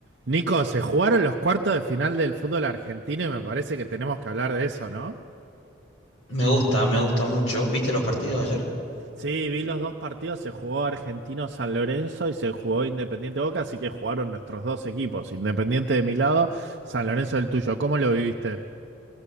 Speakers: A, on the right; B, on the left.
A: Nico, se jugaron los cuartos de final del fútbol argentino y me parece que tenemos que hablar de eso, ¿no?
B: Me gusta, me gusta mucho. ¿Viste los partidos de ayer?
A: Sí, vi los dos partidos, se jugó Argentino San Lorenzo y se jugó Independiente Boca, así que jugaron nuestros dos equipos, Independiente de mi lado, San Lorenzo del tuyo. ¿Cómo lo viviste?